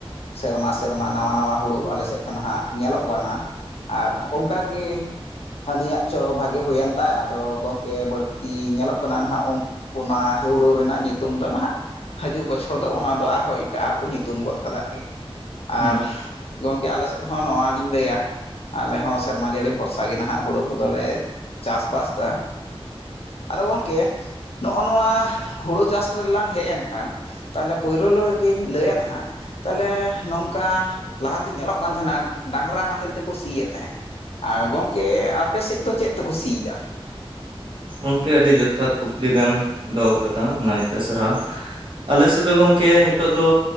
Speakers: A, on the left (about 75°); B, on the right (about 55°).
A: ᱥᱮᱨᱢᱟ ᱥᱮᱨᱢᱟ ᱱᱟᱣᱟ ᱱᱟᱣᱟ ᱦᱳᱲᱳ ᱟᱞᱮ ᱥᱮᱫ ᱫᱚ ᱱᱟᱦᱟᱜ ᱧᱮᱞᱚᱜ ᱜᱚ ᱱᱟᱜ ᱟᱨ ᱚᱱᱠᱟ ᱜᱮ ᱦᱟᱹᱱᱤᱭᱟᱜ ᱪᱚ ᱵᱷᱟᱜᱮ ᱦᱩᱭᱮᱱ ᱛᱟᱭ ᱟᱫᱚ ᱜᱚᱝᱠᱮ ᱵᱟᱹᱲᱛᱤ ᱧᱮᱞᱚᱜ ᱠᱟᱱᱟ ᱱᱟᱦᱟᱜ ᱩ ᱚᱱᱟ ᱦᱮᱣᱲᱳ ᱨᱮᱱᱟᱜ ᱧᱩᱛᱩᱢ ᱫᱚ ᱱᱟᱦᱟᱜ ᱦᱤᱡᱩᱜ ᱵᱚᱪᱷᱚᱨ ᱫᱚ ᱚᱱᱟ ᱫᱚ ᱟᱨᱦᱚᱸ ᱮᱴᱟᱜ ᱟᱜ ᱠᱚ ᱧᱩᱛᱩᱢ ᱜᱚᱫ ᱠᱟᱜ ᱜᱮ ᱟᱨ
B: ᱦᱩᱸ
A: ᱜᱚᱢᱠᱮ ᱟᱞᱮ ᱥᱮᱫ ᱦᱚᱸ ᱱᱚᱣᱟᱜᱤᱧ ᱞᱟᱹᱭᱟ ᱟᱞᱮ ᱦᱚᱸ ᱥᱮᱨᱢᱟ ᱡᱟᱹᱲᱤ ᱵᱷᱚᱨᱥᱟ ᱜᱮ ᱦᱟᱜ ᱦᱩᱲᱩ ᱠᱚᱫᱚᱞᱮ ᱪᱟᱥᱵᱟᱥᱫᱟ ᱟᱫᱚ ᱜᱚᱝᱠᱮ ᱱᱚᱜᱼᱚ ᱱᱚᱣᱟ ᱦᱳᱲᱳ ᱪᱟᱥ ᱨᱮᱞᱟᱝ ᱦᱮᱡ ᱮᱱ ᱠᱷᱟᱱ ᱛᱟᱦᱞᱮ ᱯᱳᱭᱨᱳ ᱨᱮ ᱜᱤᱧ ᱞᱟᱹᱭᱟ ᱱᱟᱦᱟᱜ ᱛᱟᱦᱚᱞᱮ ᱱᱚᱝᱠᱟ ᱞᱟᱦᱟᱛᱮ ᱧᱮᱞᱚᱜ ᱠᱟᱱ ᱛᱟᱦᱮᱱᱟ ᱰᱟᱝᱨᱟ ᱱᱟᱦᱮᱞ ᱛᱮᱠᱚ ᱥᱤᱭᱮᱫ ᱛᱟᱦᱮᱸᱫ ᱟᱨ ᱜᱚᱢᱠᱮ ᱟᱯᱮᱥᱮᱫ ᱫᱚ ᱪᱮᱫ ᱛᱮᱠᱚ ᱥᱤ ᱫᱟ
B: ᱜᱚᱢᱠᱮ ᱟᱹᱰᱤ ᱡᱚᱛᱷᱟᱛ ᱠᱩᱠᱞᱤ ᱵᱮᱱ ᱫᱚᱦᱚ ᱠᱟᱫᱟ ᱚᱱᱟ ᱤᱭᱟᱹ ᱛᱮ ᱥᱟᱨᱦᱟᱣ ᱟᱞᱮ ᱥᱮᱫ ᱫᱚ ᱜᱚᱢᱠᱮ ᱱᱤᱛᱚᱜ ᱫᱚ